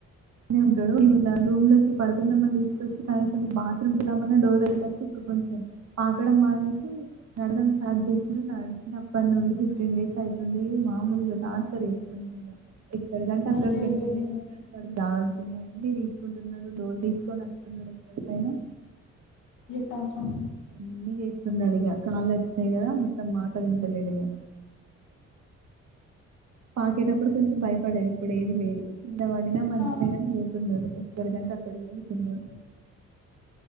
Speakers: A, on the right; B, on the left.
A: నే ఉంటాడు ఇలా రూమ్ లోకి పడుకుందామ్మని తీసుకొచ్చి కనీసం బాత్రూం కి వెళ్దాం అన్న డోర్ దగ్గరకి వచ్చి ఇప్పుడు కొంచెం పాకడం మానేసి నడవడం స్టార్ట్ చేసిండు. నడిచినప్పటి నుండి ఫిఫ్టీన్ డేస్ అవుతుంది. మామూలుగా టార్చర్ చేస్తుండు. ఇగ ఎక్కడకంటే అక్కడికి
B: అయ్యో
A: వెళ్త
B: అయ్యో అయ్యో
A: వెళ్తున్నాడు వాడు నచ్చినయాన్ని తీసుకుంటున్నాడు డోర్ తీసుకొని అస్తున్నడు ఎక్కడికైనా
B: టార్చర్
A: అన్ని చేస్తున్నడు ఇగ కాళ్ళు వచ్చినాయి కదా మొత్తం మాట వింటలేడు ఇగ పాకేటప్పుడు కొంచెం భయపడేది ఇప్పుడు ఏది లేదు. కింద పడినా మంచిదే
B: ఆ
A: కానీ పోతున్నడు. ఎక్కడికంటే అక్కడికి పోతున్నడు.